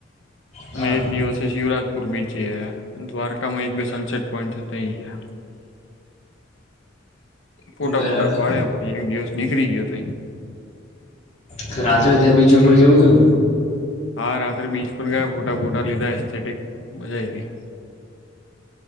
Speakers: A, on the left; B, on the left.
A: હા
B: અને એ જ દિવસ શિવરાજપુર બીચ જઈ આયા દ્વારકા માં એક બે સનસેટ પોઈન્ટ હતા ઈર્યા ફોટા
A: બરાબર
B: બોટા પાડ્યા પછી એક દિવસ નીકળી ગ્યો તઈ
A: તો રાત્રે ત્યાં બીચ ઉપર જવું તુંન
B: હા રાત્રે બીચ પર ગયા ફોટા બુટા લીધા એસ્થેટિક મજા આ આઇ ગઈ